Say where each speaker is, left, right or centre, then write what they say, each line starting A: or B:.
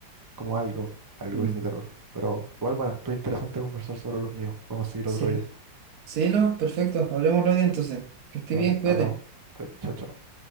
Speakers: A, on the right; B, on the right.
A: como algo, algo
B: Mm.
A: de este terror. Pero igual, bueno, estuvo interesante conversar sobre los míos. Podemos seguir
B: Sí,
A: otro día.
B: sí, no, perfecto, hablemos otro día entonces. Que esté
A: Dale,
B: bien, cuídate.
A: hablamos. Cuídate, Chao, chao.